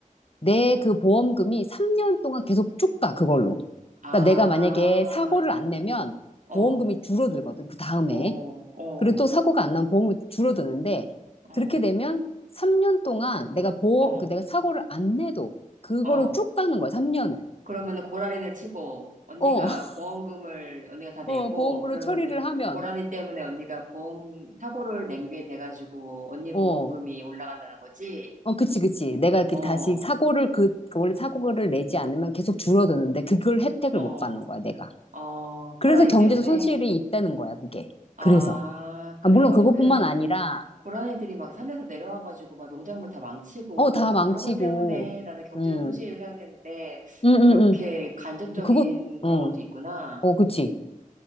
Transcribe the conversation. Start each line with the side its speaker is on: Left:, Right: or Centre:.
Left: 내 그 보험금이 3년 동안 계속 쭉 가 그걸로.
Right: 아,
Left: 그러니까 내가 만약에 사고를 안 내면
Right: 어,
Left: 보험금이 줄어들거든. 그 다음에.
Right: 어, 어,
Left: 그리고 또 사고가 안 나면 보험이 줄어드는데
Right: 어,
Left: 그렇게 되면 3년 동안 내가 보험,
Right: 어,
Left: 그 내가 사고를 안 내도 그거를
Right: 어.
Left: 쭉 가는 거야, 3년을.
Right: 그러면은 고라니를 치고 언니가
Left: 어, <laughs>
Right: 보험금을 언니가 다 내고
Left: 어, 보험으로
Right: 그러면은
Left: 처리를 하면,
Right: 고라니 때문에 언니가 보험 사고를 낸게 돼가지고 언니
Left: 어,
Right: 보험금이 올라간다는 거지?
Left: 어, 그치, 그치. 내가 이렇게
Right: 어,
Left: 다시 사고를 그, 그 원래 사고를 내지 않으면 계속 줄어드는데 그걸 혜택을
Right: 어,
Left: 못 받는 거야, 내가.
Right: 어,
Left: 그래서
Right: 고라니
Left: 경제적
Right: 때문에?
Left: 손실이 있다는 거야, 그게.
Right: 아,
Left: 그래서.
Right: 그래가지고
Left: 아, 물론 그것뿐만
Right: 그냥
Left: 아니라,
Right: 고라니들이 막 산에서 내려와가지고 막 농작물 다 망치고
Left: 어, 다
Right: 막
Left: 망치고,
Right: 그런 것 때문에 나는 경제
Left: 음,
Right: 소식을 생각했는데
Left: 음,
Right: 그렇게
Left: 음, 음.
Right: 간접적인
Left: 그거, 어,
Right: 그런 것도 있구나.
Left: 어, 그치.